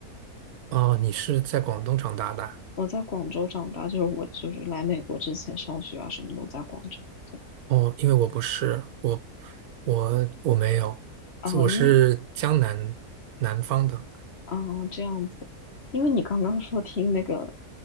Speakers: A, on the right; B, on the left.
A: <laughs> 哦，你是在广东长大的啊。
B: 我在广州长大，就是我就是来美国之前上学啊，什么都在广州。对。
A: 哦，因为我不是，我我我没有，
B: 哦，
A: 我是江南南方的，
B: 因为哦这样子，因为你刚刚说听那个